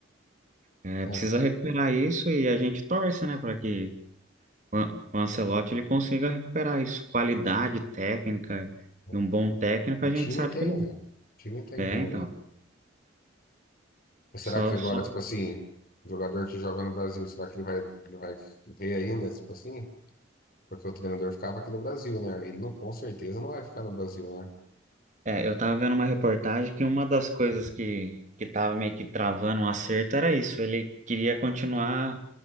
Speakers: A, on the right (about 40°); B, on the left (about 50°).
A: é,
B: É.
A: precisa recuperar isso e a gente torce, né, para que o An- o Ancelotti ele consiga recuperar isso. Qualidade técnica
B: é.
A: e um bom técnico,
B: E
A: a
B: time
A: gente sabe
B: tem,
A: que ele
B: velho. Time tem
A: é,
B: pra jogar.
A: então.
B: Mas será
A: Só,
B: que agora,
A: só.
B: tipo assim, o jogador que joga no Brasil, será que ele vai, ele vai ver ainda, tipo assim? Porque o treinador ficava aqui no Brasil, né? Ele não, com certeza não vai ficar no Brasil, né?
A: É, eu tava vendo uma reportagem que uma das coisas que, que tava meio que travando um acerto era isso. Ele queria continuar